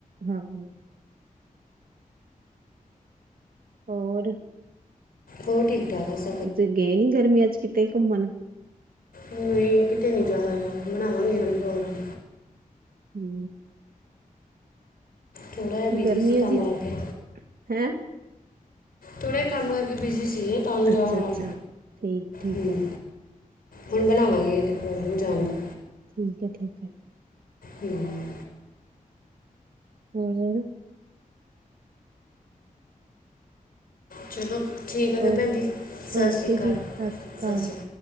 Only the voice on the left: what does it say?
ਹੋਰ ਠੀਕ -ਠਾਕ ਆ ਸਭ।
ਨਈ ਕਿਤੇ ਨੀ ਜਾਏ ਹੋਇਆ, ਬਣਾਵਾਂਗੇ ਹੁਣ ਪ੍ਰੋਗਰਾਮ।
ਥੋੜਾ ਜਿਹਾ ਬਿਜ਼ੀ
ਸੀ ਕੰਮ
ਕਰਕੇ
ਥੋੜ੍ਹੇ ਕੰਮ ਕਰਕੇ ਬਿਜੀ ਸੀਗੇ ਤਾ ਨੀ ਜਾ
ਹੋਇਆ।
ਹੂੰ
ਹੁਣ ਬਣਾਵਾਂਗੇ ਏ ਤੇ ਪ੍ਰੋਗਰਾਮ ਜਾਣ ਦਾ।
ਹੂੰ।
ਚਲੋ ਠੀਕ ਆ ਫਿਰ
ਭੈਣ ਜੀ ਸਤਿ
ਸ਼੍ਰੀ ਅਕਾਲ
ਸਤਿ
ਸ਼੍ਰੀ ਅਕਾਲ